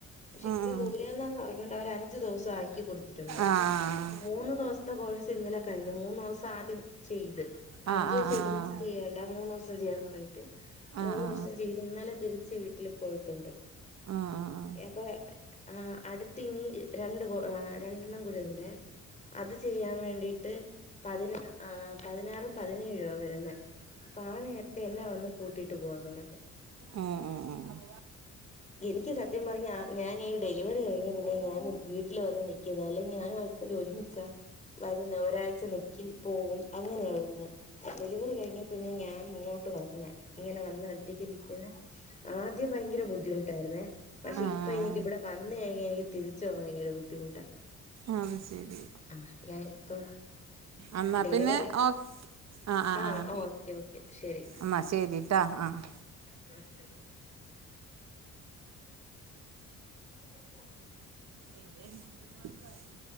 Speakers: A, on the left; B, on the right.
A: പക്ഷെ
B: ഉം
A: ഇത്രയും ദൂരന്നാന്ന്
B: ഉം
A: അറിഞ്ഞോണ്ട് അവര് അഞ്ചു ദിവസം ആക്കി കൊടുത്തിട്ടുണ്ട്
B: ആഹ്
A: മൂന്ന് ദിവസം ത്തെ കോഴ്സ് ഇന്നലെ കഴിഞ്ഞു മൂന്ന് ദിവസം ആദ്യം ചെയ്ത് അഞ്ച്
B: ആഹ്
A: ദിവസം
B: ആഹ്
A: ഒരുമിച്ച് ചെയ്യല്ല മൂന്ന് ദിവസം ചെയ്യാന്ന് പറു
B: ആഹ്
A: മൂന്ന്
B: ആഹ്
A: ദിവസം ചെയ്ത് ഇന്നലെ തിരിച്ച് വീട്ടിൽ പോയിട്ടുണ്ട്
B: ആഹ് ആഹ് ആഹ്
A: അപ്പൊ ആഹ് അടുത്ത് ഇനി രണ്ട് കോ രണ്ടെണ്ണം കൂടി ഉണ്ടേ അത് ചെയ്യാൻ വേണ്ടിട്ട് പതിന ആഹ് പതിനാറും പതിനേഴും ആഹ് വരുന്നെ അപ്പൊ ആഹ് നേരത്തെ എന്നെ വന്ന് കൂട്ടിട്ട് പോവാന്ന് പറഞ്ഞ്
B: ഉം ഉം ഉം ഉം
A: എനിക്ക് സത്യം പറഞ്ഞ ഞാൻ ഈ ഡെലിവറി കഴിഞ്ഞ പിന്നെ ഞാൻ വീട്ടിൽ വന്ന് നിക്കുന്ന അല്ല ഞാൻ ഒരു ഒരുമിച്ച വരുന്ന് ഒരാഴ്ച നിക്കും പോവും അങ്ങനെയാണ് വരുന്നത് ഡെലിവറി കഴിഞ്ഞേ പിന്നെ ഞാൻ ഇങ്ങോട്ട് വന്നേ ഇങ്ങനെ വന്ന് ഒറ്റക്ക് നിക്കുന്നെ ആദ്യം ഭയങ്കര ബുദ്ധിമുട്ട് ന്നേ പക്ഷെ
B: ആഹ്
A: ഇപ്പം എനിക്ക് ഇവിടെ വന്ന് കഴിഞ് എനിക്ക് തിരിച്ച് പോവാൻ ഭയങ്കര ബുദ്ധിമുട്ടാ
B: അയ് ശരി
A: ആ ഞാൻ ഇപ്പൊ
B: എന്നാ
A: ഡെലിവറി
B: പിന്നെ ഓ ആഹ് ആഹ്
A: ആ
B: ആഹ്
A: ഓക്കെ ഓക്കെ ശരി
B: എന്നാ ശരി ട്ടെ ആഹ്
A: ആഹ് ആ
B: <unintelligible>